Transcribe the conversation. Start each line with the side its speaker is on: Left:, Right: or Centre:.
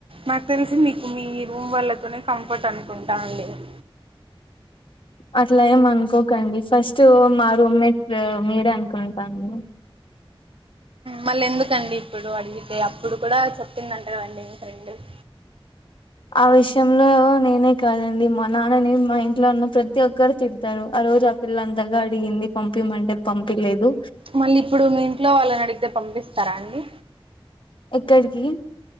Right: నాకు తెలిసి మీకు మీ రూమ్ వాళ్లతోనే కంఫర్ట్ అనుకుంటా అండి <inaudible>
Left: అట్లా ఏమ్ అనుకోకండి ఫస్ట్ మా రూమ్మేట్ మీరే అనుకుంటాను
Right: మళ్ళి ఎందుకండి ఇప్పుడు అడిగితే అప్పుడు కూడా చెప్పింది అంటారు అండి ఫ్రెండ్ <inaudible>
Left: ఆ విషయంలో నేనే కాదండి మా నాన్నని మా ఇంట్లో ఉన్న ప్రతి ఒక్కరు తిడతారు అ రోజు ఆ పిల్ల అంతగా అడిగింది పంపిమంటే పంపీ లేదు
Right: మళ్ళి ఇప్పుడు మీ ఇంట్లో వాళ్ళని అడిగితే పంపిస్తారా అండి
Left: ఎక్కడికి